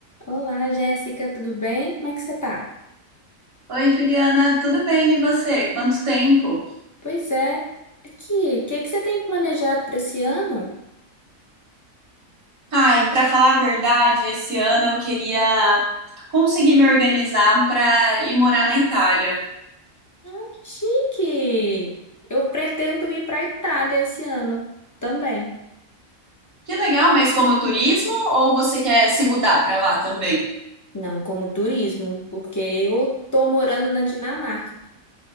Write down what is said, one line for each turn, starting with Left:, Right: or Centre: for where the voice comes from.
Left: Olá, Jéssica, tudo bem? Como é que você tá?
Right: Oi, Juliana, tudo bem? E você? Quanto tempo?
Left: Pois é. Aqui, o que que você tem planejado para esse ano?
Right: Ai, para falar a verdade, esse ano eu queria conseguir me organizar para ir morar na Itália.
Left: Ah, Que chique! Eu pretendo ir para a Itália esse ano também.
Right: Que legal, mas como turismo ou você quer se mudar para lá também?
Left: Não, como turismo, porque eu tô morando na Dinamarca.